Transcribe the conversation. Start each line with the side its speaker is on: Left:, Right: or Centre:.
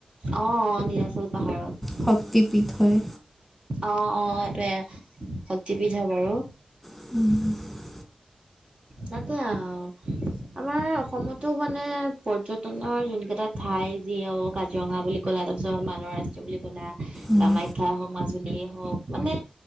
Right: অ অ নিলাচল পাহাৰত
Centre: শক্তিপীঠ হয়
Right: অ অ এইটোৱে শক্তি পীঠ হয় বাৰু
Centre: উম
Right: তাকে আও আমাৰ অসমতো মানে পৰ্যটনৰ যোন কেইটাত ঠাই যি অ কাজিৰঙা বুলি কলা তাৰপিছত মানৰ ৰাষ্ট্ৰ বুলি কলা
Centre: উম
Right: কামাখ্যা ঠাই হওক মাজুলিয় হওক মানে